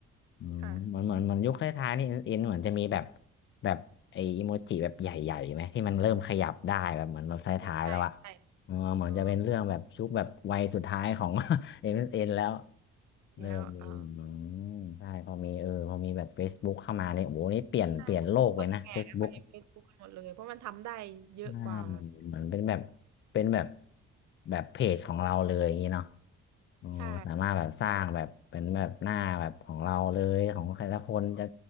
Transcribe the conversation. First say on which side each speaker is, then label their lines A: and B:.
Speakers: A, on the left; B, on the right.
A: อืมเหมือนเหมือนเหมืนยุคท้ายๆนี่เอ็นเหมือนจะมีแบบ
B: ค่ะ
A: แบบไออีโมจิแบบใหญ่ๆไหมที่มันเริ่มขยับได้แบบเหมือนแบบท้ายๆแล้วอะ
B: ใช่ใช่ใช่
A: เออเหมือนจะเป็นเรื่องแบบชุกแบบวัยสุดท้ายของ
B: อ๋อ
A: <laughs> เอ็นเอ็นแล้วเริ่มมีอืม
B: แล้วอ่า
A: ใช่พอมีเออพอมีแบบ Facebook เข้ามาเนี่ยโอ้โหนี่เปลี่ยนเปลี่ยนโลกเลยนะ
B: ใช่คนแห่กันไปเฟซบุ๊กกันหมดเลยเพราะมันทำได้เยอะกว่า
A: Facebook อ่าเหมือนเป็นแบบเป็นแบบแบบเพจของเราเลยอย่างนี้เนาะอ๋อสามารถแบบสร้างแบบเป็นแบบหน้าแบบของเราเลยของใครละคนจะ
B: ใช่